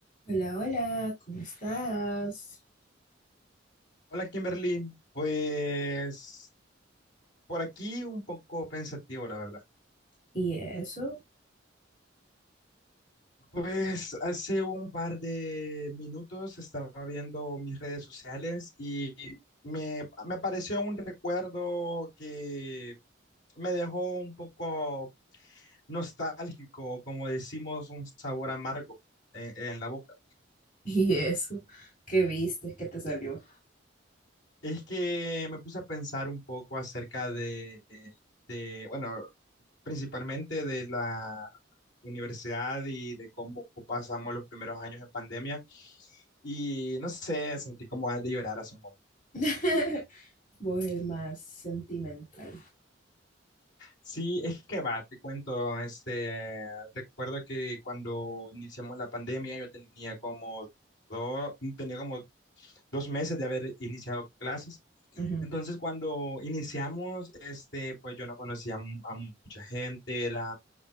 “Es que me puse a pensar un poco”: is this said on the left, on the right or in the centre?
Left